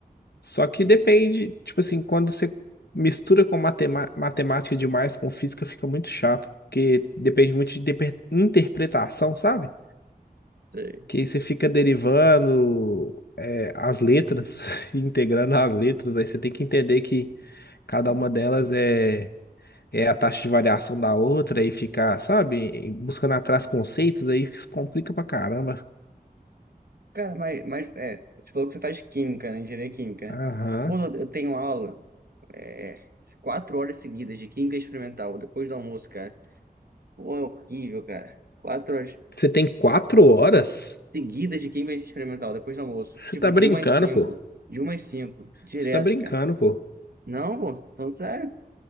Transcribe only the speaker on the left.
Só que
depende, tipo assim, quando você mistura com matema- matemática demais, com física, fica muito chato, porque depende muito de depe- interpretação, sabe?
Que aí você fica derivando, é, as letras, <laughs> integrando as letras, aí você tem que entender que cada uma delas é, é a taxa de variação da outra, aí ficar sabe, buscando atrás conceitos, aí isso complica pra caramba.
Aham.
Você tem quatro horas?
Você
tá
brincando,
pô.
Você tá brincando,
pô.